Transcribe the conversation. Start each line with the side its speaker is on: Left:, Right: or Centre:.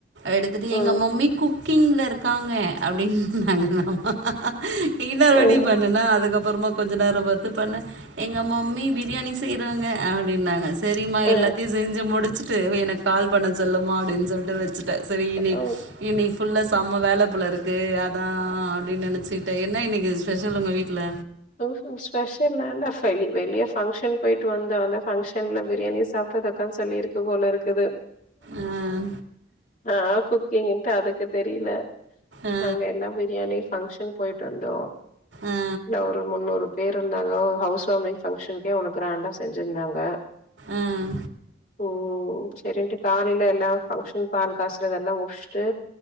Right: எடுத்துட்டு
Left: ம்
Right: எங்க மம்மி குக்கிங்ல இரு இருக்காங்க அப்படினுங்களாமா இன்னொரு
Left: ம்
Right: வாட்டி பண்ணனா அதுக்கப்புறமா கொஞ்ச நேரம் பாத்து பண்ண எங்க மம்மி பிரியாணி செய்றாங்க அ அப்டின்னாங்க சரிமா
Left: ஆ
Right: எல்லாத்தையும் செஞ்சு முடிச்சுட்டு எனக்கு கால் பண்ண சொல்லுமா அப்டின் சொல் சொல்லிட்டு வச்சுட்டே சரி இனி
Left: ஆ
Right: இனி ஃபுல்லா செம வேலப் போல இருக்கு அதா ஆ அப்டின் நினைச்சுக்கிட்ட என்ன இன்னைக்கு ஸ்பெஷல் உங்க வீட்டுல
Left: உஹம் ஸ்பெஷல்ல வெளி வெளிய ஃபங்க்ஷன் போயிட்டு வந்தோம் அந்த ஃபங்ஷன்ல பிரியாணி சாப்ட்றது அதான் சொல்லிருக்கு போல இருக்குது
Right: ஆஹ்
Left: ஆ குக்கிங்கிட்டு அதுக்கு தெரியல
Right: ஆ
Left: அங்க எல்லாம் பிரியாணி ஃபங்க்ஷன் போயிட்டு வந்தோம்
Right: ஆ
Left: என்ன ஒரு முன்னூறு பேர் இருந்தாங்க ஹவுஸ் வார்மிங் ஃபங்க்ஷனுக்கே அவ்வளவு கிராண்டா செஞ்சிருந்தாங்க
Right: ஆஹ்
Left: ஓ சரின்ட்டு காலையில எல்லாம் ஃபங்க்ஷன் பால் காய்ச்சிறதெல்லா முடிச்சுட்டு